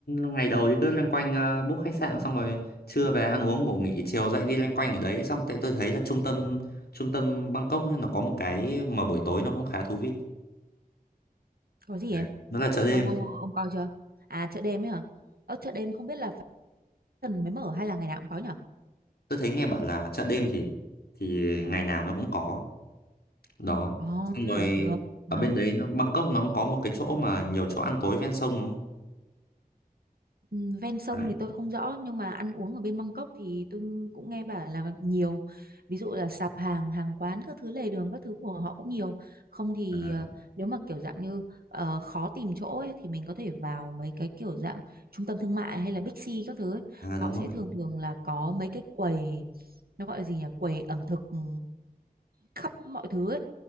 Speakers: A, on the left (about 80°); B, on the right (about 75°).
A: ngày đầu thì cứ loanh quanh ờ, book khách sạn xong rồi trưa về ăn uống ngủ nghỉ chiều dậy đi loanh quanh ở đấy xong tại tôi thấy là trung tâm trung tâm Bangkok ấy, nó có một cái mà buổi tối nó cũng khá thú vị
B: Có gì
A: đấy.
B: ấy?
A: nó là chợ đêm
B: Ông ông ông coi chưa? À chợ đêm ấy hả? Ở chợ đêm không biết là phải tuần mới mở hay là ngày nào cũng có nhỉ?
A: tôi thấy nghe bảo là chợ đêm thì thì ngày nào nó cũng có đó
B: Ồ,
A: xong
B: thế
A: rồi
B: à, được, ngon.
A: ở bên đấy nó Bangkok nó cũng có một cái chỗ mà nhiều chỗ ăn tối ven sông đúng không
B: Ừ, ven sông
A: đấy
B: thì tôi không rõ nhưng mà ăn uống ở bên Bangkok thì tôi cũng nghe bảo là nhiều ví dụ là sạp hàng hàng quán các thứ lề đường các thứ của họ cũng nhiều không thì
A: ở đấy
B: ờ, nếu mà kiểu dạng như ờ, khó tìm chỗ ấy, thì mình có thể vào mấy cái kiểu dạng trung tâm thương mại hay là Big C các thứ ấy.
A: à
B: Họ
A: đúng
B: sẽ
A: rồi
B: thường thường là có mấy cái quầy nó gọi là gì nhỉ quầy ẩm thực ừ, khắp mọi thứ ấy